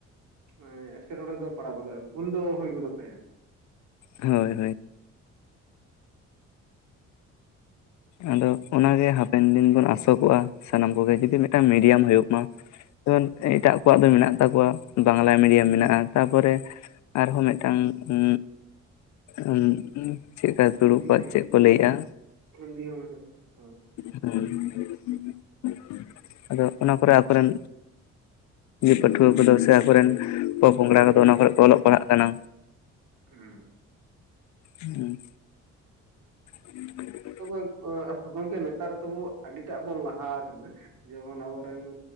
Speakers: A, on the right; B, on the left.
A: ᱢᱟᱱᱮ ᱮᱴᱠᱮᱴᱚᱬᱮ ᱫᱚ ᱯᱟᱲᱟᱣ ᱜᱚᱫᱚᱜᱼᱟ ᱵᱷᱩᱞ ᱫᱚ ᱦᱩᱭ ᱜᱚᱫᱚᱜ ᱛᱟᱭᱟ ᱾
B: ᱦᱳᱭ ᱦᱳᱭ ᱾ ᱟᱫᱚ ᱚᱱᱟ ᱜᱮ ᱦᱟᱯᱮᱱ ᱫᱤᱱ ᱵᱚᱱ ᱟᱥᱚᱜᱚᱜᱼᱟ ᱥᱟᱱᱟᱢ ᱠᱚᱜᱮ ᱡᱩᱫᱤ ᱢᱤᱫᱴᱟᱱ ᱢᱤᱰᱤᱭᱟᱢ ᱦᱩᱭᱩᱜ ᱢᱟ ᱾ ᱡᱮᱢᱚᱱ ᱮᱴᱟᱜ ᱠᱚᱣᱟᱜ ᱫᱚ ᱢᱮᱱᱟᱜ ᱛᱟᱠᱚᱣᱟ ᱵᱟᱝᱞᱟ ᱢᱤᱰᱤᱭᱟᱢ ᱢᱮᱱᱟᱜᱼᱟ ᱛᱟᱯᱚᱨᱮ ᱟᱨᱦᱚᱸ ᱢᱤᱫᱴᱟᱝ ᱩ ᱩ ᱪᱮᱫ ᱠᱟ ᱛᱩᱲᱩᱠ
A: ᱦᱤᱱᱫᱤ
B: ᱠᱚᱣᱟᱜ ᱪᱮᱫ ᱠᱚ ᱞᱟᱹᱭᱮᱜᱼᱟ?
A: ᱦᱤᱱᱫᱤ ᱦᱚᱸ ᱢᱮᱱᱟᱜ ᱛᱟᱠᱚ
B: <unintelligible> ᱟᱫᱚ ᱚᱱᱟ ᱠᱚᱨᱮ ᱟᱠᱚᱨᱮᱱ ᱯᱟᱹᱴᱷᱩᱣᱟᱹ ᱠᱚᱫᱚ ᱥᱮ ᱟᱠᱚᱨᱮᱱ ᱯᱚᱼᱯᱚᱝᱲᱟ ᱠᱚᱫᱚ ᱚᱱᱟ ᱠᱚᱨᱮ ᱠᱚ ᱚᱞᱚᱜ ᱯᱟᱲᱦᱟᱜ ᱠᱟᱱᱟ
A: ᱦᱚᱸ
B: ᱦᱩᱸ <inaudible>
A: ᱛᱚᱵᱮ ᱚ ᱜᱚᱝᱠᱮ ᱱᱮᱛᱟᱨ ᱛᱵᱩ ᱟᱹᱰᱤᱴᱟᱜ ᱵᱚᱱ ᱞᱟᱦᱟ ᱠᱟᱱᱟ ᱡᱮᱢᱚᱱ ᱟᱵᱚᱨᱮᱱ